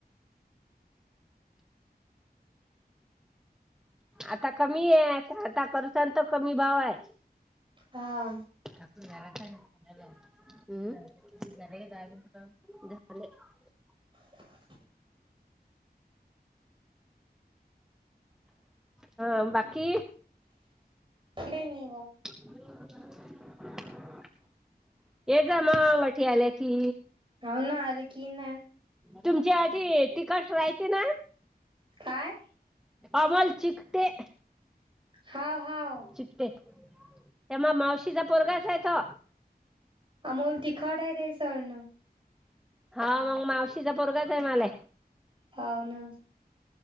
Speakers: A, in the centre; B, on the right.
A: आता कमीयं आता करता तर कमी भाव हाय.
B: हां
A: आपण घरात हाय पुण्याला <unintelligible> झालंय
B: <unintelligible>
A: हं बाकी?
B: कडे निव
A: <unintelligible> ये जा मा वटी आल्या की
B: हाव ना आलं की ना
A: तुमच्या आधी तिकट राहते नायं
B: काय?
A: आमोल चिकटे
B: हाव हाव
A: चिपते ते म मावशीचा पोरगाच हाय तो
B: अमोल तिखट हाय टे सळणं
A: हा मग मावशीचा पोरगाच हाय माले
B: हाव ना